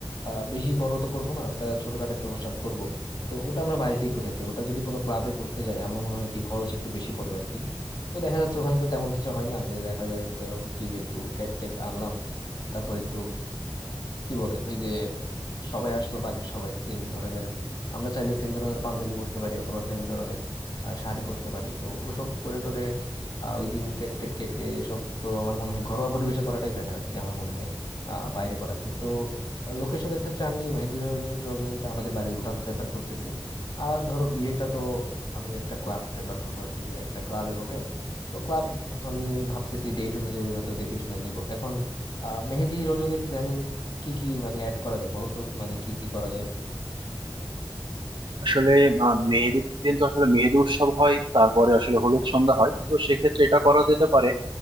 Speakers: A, on the left (about 65°); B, on the right (about 65°).
A: আহ, বেশি বড় তো করবো না ওটা ছোটখাটো একটা অনুষ্ঠান করব তো ওটা আমরা বাড়িতেই করে থাকি ওটা যদি কোনো ক্লাবে করতে যাই আমরা মনে হয় কি খরচ একটু বেশি পড়বে আর কি তো দেখা যাচ্ছে ওখানে তো তেমন কিছু হয় না যে দেখা যায় তো কি একটু কেক টেক আনলাম তারপর একটু কি বলে ওই যে সবাই আসলো বাড়ির সবাই সেম ধরনের আমরা চাইলে সেম ধরনের পাঞ্জাবি পরতে পারি অথবা সেম ধরনের আহ, শাড়ি পরতে পারি তো ওসব করে টোরে আহ, ওই দিন কেক টেক কেটে এসব তো আমার মনে হয় ঘরোয়া পরিবেশে করাটাই বেটার আর কি আমার মনে হয় আহ বাইরে করাচ্ছে তো লোকেশনের ক্ষেত্রে আমি মেহেদি রজ- রজনীটা আমাদের বাড়ির উঠান প্রেফার করতেছি আর ধরো বিয়েটা তো আমি একটা ক্লাব প্রেফার করবো আর কি যে একটা ক্লাবে হবে তো ক্লাব আমি ভাবতেছি ডেট অনুযায়ী হয়তো দেখে শুনে নিব এখন আহ মেহেদি রজনীর প্ল্যানিং কি কি মানে অ্যাড করা যায় বলো তো মানে কি কি করা যায়
B: আসলে আহ, মেহেদির দিন তো আসলে মেহেদি উৎসব হয় তারপরে আসলে হলুদ সন্ধ্যা হয় তো সেক্ষেত্রে এটা করা যেতে পারে